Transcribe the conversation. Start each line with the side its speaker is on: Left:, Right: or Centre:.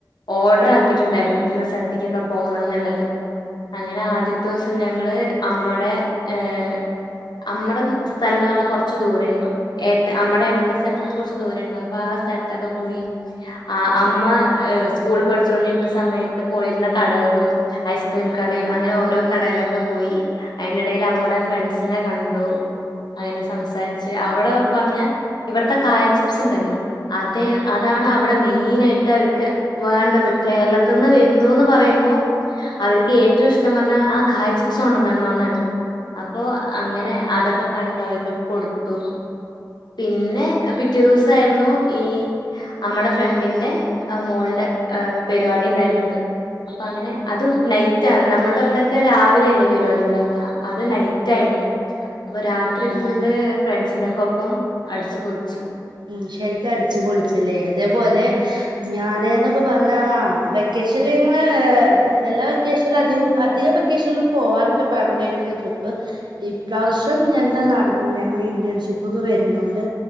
Left: ഓർഡർ ആക്കിയിട്ടുണ്ടായിരുന്നു ഇന്ന സ്ഥലത്തേക്കൊക്കെ പോണം എന്ന്ള്ളത് അങ്ങനെ ആദ്യത്തെ ദിവസം ഞങ്ങള് അമ്മടെ ഏഹ് അമ്മടെ സ്ഥലംന്ന് പറഞ്ഞ കൊറച്ച് ദൂരേരുന്നു ഏട്ട അമ്മടെ ഏട്ടന്റെ സ്ഥലത്തിന്ന് കൊറച്ച് ദൂരേര്ന്ന് അപ്പ ആ സ്ഥലത്തൊക്കെ പോയി ആ അമ്മ ഏഹ് സ്കൂളില് പഠിച്ചൊണ്ടിരുന്ന സമയത്ത് പോയിരുന്ന കടകളും ഐസ്ക്രീം കടയും അങ്ങനെ ഓരോ കടയിലൊക്കെ പോയി അതിന്റെ ഇടെല് അമ്മട ഫ്രണ്ട്സിനെ കണ്ടു അങ്ങനെ സംസാരിച്ച് അവിടെ പറഞ്ഞ ഇവിടത്തെ കായ ചിപ്സ് ഇണ്ടല്ലോ അതെ അതാണ് അവിടെ മെയ് ഈനേട്ട് അവർക്ക് വേണ്ടത് കേരളത്തിന്ന് വരുന്നുന്ന് പറയുമ്പോ അവർക്ക് ഏറ്റവും ഇഷ്ടം പറഞ്ഞാ ആ കായ്ചികപ്സ് കൊണ്ടന്നൊണ്ണോന്നാണ് അപ്പോ അങ്ങനെ അതൊക്കെ കണ്ടു അവർക്കൊക്കെ കൊടുത്തു പിന്നെ പിറ്റേ ദിവസാരുന്നു ഈ അമ്മട ഫ്രണ്ടിന്റെ ആ മോള്ടെ ആഹ് പരിപാടി ഇണ്ടാര്ന്നത് അപ്പ അങ്ങനെ അതും നൈറ്റാര്ന്ന് നമ്മുടെ ഇവിടെക്കെ രാവിലെല്ലേ പരിപാടി ണ്ടാവുക അത് നൈറ്റ് ആയിരുന്നു അപ്പൊ രാത്രി
Right: ആഹ്
Left: ഫുൾഡേ ഫ്രണ്ട്സിന്റെക്കൊ അപ്പം അടിച്ചു പൊളിച്ചു
Right: ഉം ശരിക്കും അടിച്ചു പൊളിച്ച് ല്ലേ അതേപോലെ
Left: ഉം
Right: ഞാനെന്നും ഇപ്പ പറഞ്ഞ ആ വെക്കേഷൻല് നമ്മളെ എല്ലാ വെക്കേഷനിലും അധികം അധികം വെക്കേഷനിലും പോവാറുണ്ട് ഫാമിലിയായിട്ടൊക്കെ ട്രിപ്പ് ഇപ്രാവശ്യം എന്താ നടന്നില്ല ഞങ്ങള് ഇന്റേൺഷിപ്പ് ഒക്കെ വരുന്നോണ്ട്